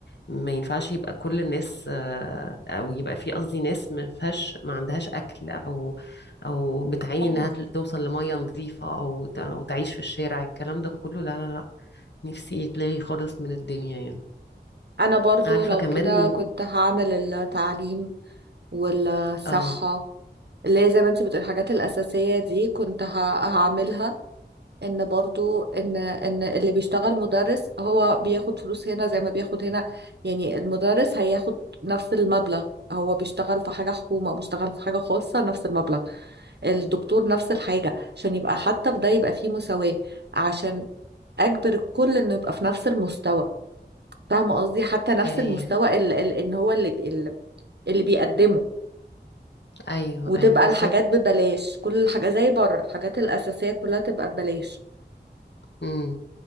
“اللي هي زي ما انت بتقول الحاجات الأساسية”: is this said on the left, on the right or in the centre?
Right